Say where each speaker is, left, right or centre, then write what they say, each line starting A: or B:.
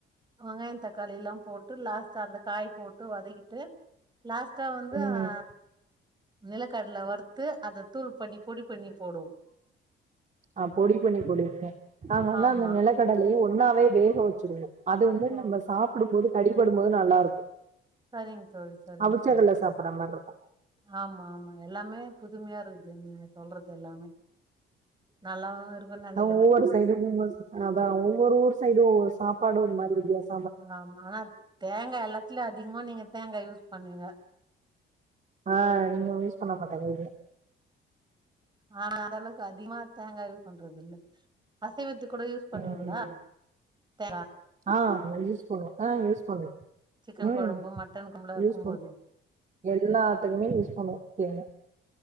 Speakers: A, on the right; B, on the right.
A: வெங்காயோ தக்காளில்லா போட்டு லாஸ்ட்டா அந்த காய் போட்டு வதக்கிட்டு லாஸ்ட்டா வந்து
B: ம்
A: ஆ நிலக்கடல வறுத்து அத தூள் பண்ணி பொடி பண்ணி போடும்
B: ஆ பொடி பண்ணி பொடி பண்ணி நாங்க வந்து
A: ஆமா
B: அந்த நிலக்கடலையு ஒன்னாவே வேக வச்சிருவோ அது வந்து
A: ஓ
B: நம்ம சாப்புடும்போது கடிப்படும்போது நல்லா இருக்கு
A: சரிங்க தோழி சரிங்க
B: அவுச்சகல்ல
A: தோழி
B: சாப்பற மாரி இருக்கு
A: ஆமா ஆமா எல்லாமே புதுமையா இருக்குது நீங்க சொல்றது எல்லாமே நல்லாவு இருக்குன்னு நினைக்கிறே
B: அ ஒவ்வொரு சைடு <unintelligible> அதா ஒவ்வொரு ஊர் சைடு சாப்பாடு ஒரு மாரி வித்தியாச
A: ஆமா ஆனா தேங்கா எல்லாத்துலயு அதிகமா நீங்க தேங்கா யூஸ் பண்ணுவீங்க
B: ஆ இங்க யூஸ் பண்ண மாட்டங்க
A: ஆனா அந்த அளவுக்கு அதிகமா தேங்கா யூஸ் பண்றது இல்ல அசைவத்து கூட யூஸ் பண்ணீவீங்களா
B: ம்
A: தேங்
B: ஆ யூஸ் பண்ணுவோ ஆ யூஸ் பண்
A: சிக்கன்
B: ம்
A: கொழம்பு மட்டன் கொழம்புலா வைக்கும்போது
B: யூஸ் எல்லாத்துக்குமே யூஸ் பண்ணுவோ தேங்